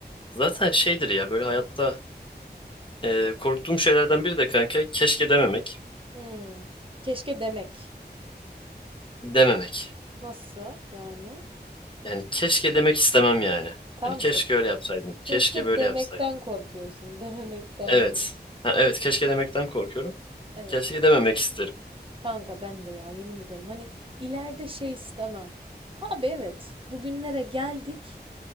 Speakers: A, on the left; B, on the right.
A: zaten şeydir ya böyle hayatta e, korktuğum şeylerden biri de kanka keşke dememek,
B: Hmm. Keşke demek.
A: dememek.
B: Nasıl yani?
A: Yani keşke demek istemem yani.
B: Tamam
A: Hani keşke
B: işte.
A: öyle yapsaydım.
B: Keşke
A: Keşke böyle
B: demekten
A: yapsaydım.
B: korkuyorsun, <laughs> dememekten
A: Evet.
B: değil.
A: Ha, evet keşke demekten korkuyorum.
B: Evet.
A: Keşke dememek isterim.
B: Kanka ben de ya yemin ederim. Hani ileride şey istemem. Abi evet, bugünlere geldik.